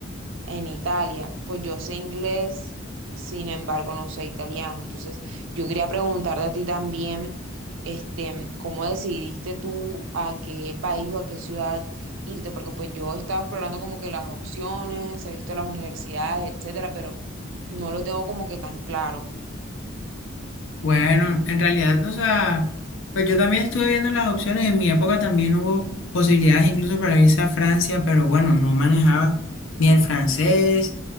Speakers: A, on the right; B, on the left.
A: en Italia. Pues yo sé inglés, sin embargo, no sé italiano. Entonces, yo quería preguntarte a ti también, este, ¿cómo decidiste tú a qué país o a qué ciudad irte? Porque pues yo estaba explorando como que las opciones, he visto las universidades, etcétera, pero no lo tengo como que tan claro.
B: Bueno, en realidad, o sea, pues yo también estuve viendo las opciones. En mi época también hubo posibilidades incluso para irse a Francia, pero bueno, no manejaba ni el francés.